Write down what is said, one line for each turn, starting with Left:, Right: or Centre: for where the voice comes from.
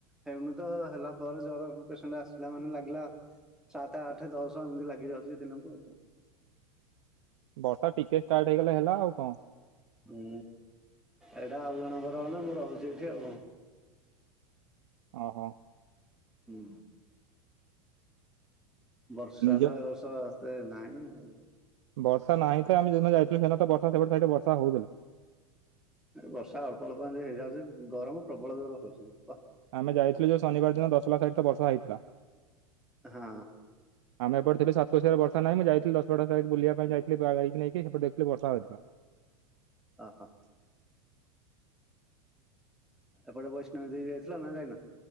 Centre: ହେଉନି ତ ହେଲା ପରେ ଜର ପେସଟ ଆସିଲା, ମାନେ ଲାଗିଲା ସାତ ଆଠ ଦଶ ଏମିତି ଲାଗି ଯାଉଛି ଦିନକୁ
Right: ବର୍ଷା ଟିକେ ଷ୍ଟାର୍ଟ ହେଇଗଲେ ହେଲା ଆଉ କଣ?
Centre: ହୁଁ ଏଇଟା ଆଉ ଜଣଙ୍କର ନା ମୁଁ ରହୁଛି ଏଠି ଆଉ।
Right: ଓ ହୋ।
Centre: ହଁ ବର୍ଷା
Right: ନିଜ
Centre: ତଷ ତ ନାଇଁଉ।
Right: ବର୍ଷା ନାହିଁ ତ ଆମେ ଯେଦିନ ଯାଇଥିଲୁ, ସେଦିନ ତ ବର୍ଷା ସେଟେ ସେଇଠି ବର୍ଷା ହଉଥିଲା।
Centre: ବର୍ଷା ଅଳ୍ପ ଅଳ୍ପ ହେଇଯାଉଛି ଗରମ ପ୍ରବଳ ଜୋର ହଉଯିବ ବା
Right: ଆମେ ଯାଇଥିଲୁ ଯେଉ ଶନିବାର ଦିନ ଦଶହଲା ସହିତ ବର୍ଷା ହେଇଥିଲା।
Centre: ହଁ।
Right: ଆମେ ଏ ଥିଲ ସାତଶହରେ ବର୍ଷ ନାହିଁ ଯଥିଲ ଦଶଟା ସାଇ ବୁଲିବା ପାଇଁ ଯାଇଥିଲ। ଦେ ବା ଗାଇକି ନେଇକି ସେପଟେ ଦେଖିଲେ ବର୍ଷା ହେଥିଲା।
Centre: ଓହୋ ଏପଟେ ବୈଷ୍ଣବୀ ଦେଇ ଯାଇଥିଲ ନା କାଇ ନା?